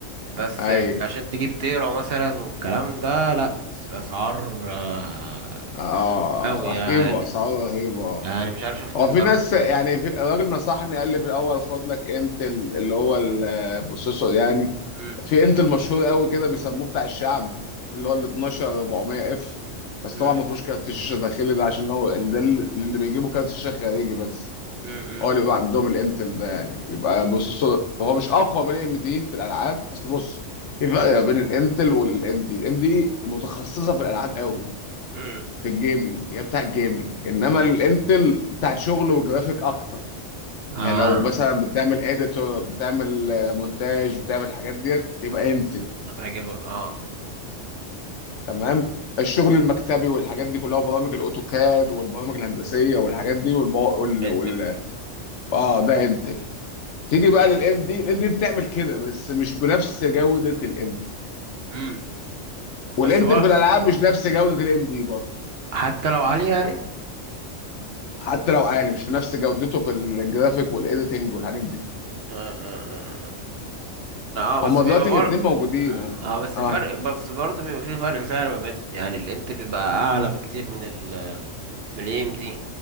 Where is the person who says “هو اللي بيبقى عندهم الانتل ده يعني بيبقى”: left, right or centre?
Left